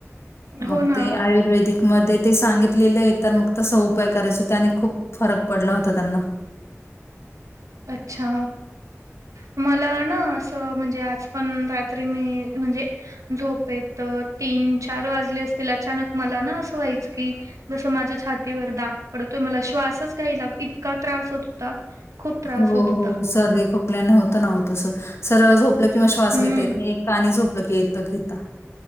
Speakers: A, on the left; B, on the right.
A: मग
B: हो ना.
A: ते आयुर्वेदिक मध्ये ते सांगित लेल तर मग तस उपाय करायचो त्याने खूप फरक पडला होता त्यांना.
B: अच्छा. मला ना असं म्हणजे आज पण रात्री मी म्हणजे झोपेत तीन चार वाजले असतील अचानक मला ना असं व्हायचं की जसं माझ्या छातीवर दाब पडतो मला श्वासच घ्यायला इतका त्रास होत होता खूप त्रास
A: हो
B: होत होता.
A: हो. सर्दी, खोक आपल्याना होत ना ओ तस सरळ झोपलं कि मग श्वास
B: हं.
A: घेता येत नाही. एक अंगी झोपलं की येत घेता.